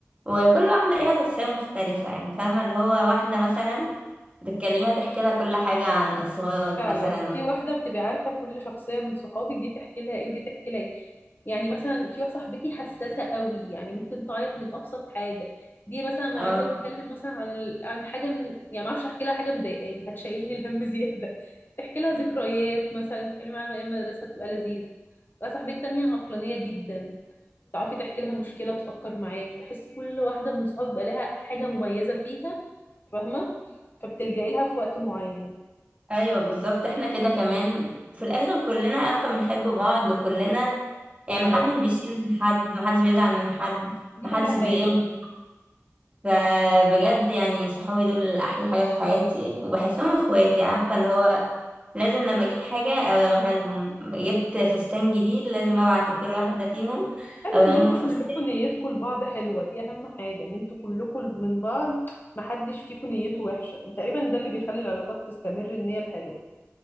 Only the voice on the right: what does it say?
وكل واحدة ليها شخصية مختلفة يعني فاهمة اللي هو واحدة مثلا بتكلميها تحكي لها كل حاجة عن أسرارك
مثلا
اه
ايوه بالظبط احنا كده كمان في الاخر كلنا عارفه بنحب بعض وكلنا
يعني محدش بيشيل من حد محدش بيزعل من حد
محدش
بيغني فبجد يعني صحابي دول احلى حاجه في حياتي وبحسهم اخواتي عارفه اللي هو لازم لما اجيب حاجه اوريها لهم جبت فستان جديد لازم ابعت لكل واحده فيهم
اوريهم
الفستان